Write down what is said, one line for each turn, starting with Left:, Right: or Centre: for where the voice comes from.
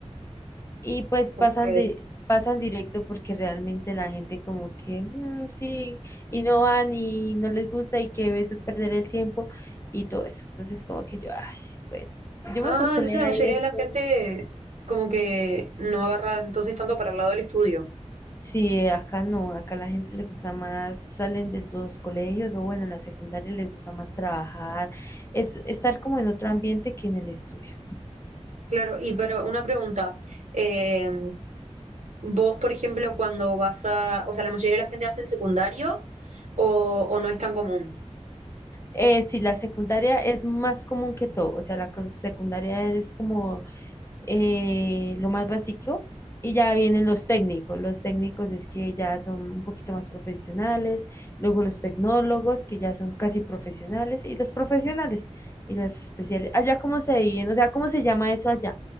Left: y pues pasan
Right: ok.
Left: de, pasan directo porque realmente la gente como que "Mm, sí y no van y no les gusta y que eso es perder el tiempo y todo eso. Entonces como que yo, ay, bueno, yo
Right: Ah,
Left: me postulé
Right: entonces la
Left: ahí
Right: mayoría
Left: esto.
Right: de la gente como que no agarra entonces tanto para el lado del estudio.
Left: Sí, acá no, acá la gente le gusta más, salen de los colegios o bueno, en la secundaria les gusta más trabajar, es estar como en otro ambiente que en el estudio.
Right: Claro, y pero una pregunta. Eh, vos, por ejemplo, cuando vas a, o sea, la mayoría de la gente hace el secundario o, o no es tan común.
Left: Eh, sí, la secundaria es más común que todo, o sea, la con- secundaria es como eh, lo más básico y ya vienen los técnicos, los técnicos es que ya son un poquito más profesionales, luego los tecnólogos que ya son casi profesionales y los profesionales y los especiales. Allá cómo se dividen, o sea, cómo se llama eso allá,